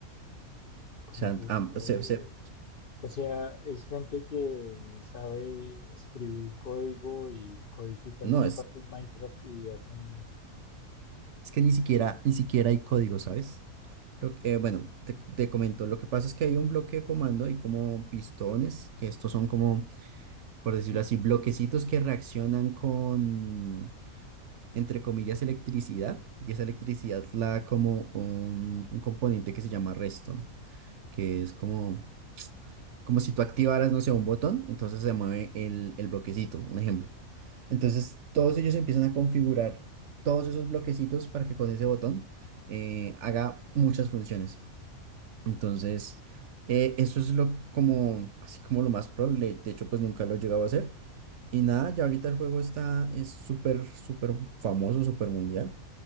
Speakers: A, on the left; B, on the right.
A: Computadoras
B: O sea, am- se- se-
A: dentro. O sea, es gente que sabe escribir código y codifican
B: no,
A: una parte en Minecraft y hacen
B: Es que ni siquiera, ni siquiera hay código, ¿sabes? Lo que- eh, bueno, te, te comento, lo que pasa es que hay un bloque de comando y como pistones, que estos son como, por decirlo así, bloquecitos que reaccionan con, entre comillas, electricidad, y esa electricidad la da como un, un componente que se llama redstone, que es como, como si tú activaras, no sé, un botón, entonces se mueve el, el bloquecito, un ejemplo. Entonces, todos ellos empiezan a configurar todos esos bloquecitos para que con ese botón eh, haga muchas funciones. Entonces, eh, eso es lo como, así como lo más pro. le- De hecho, pues nunca lo he llegado a hacer. Y nada, ya ahorita el juego está, es súper, súper famoso, súper mundial.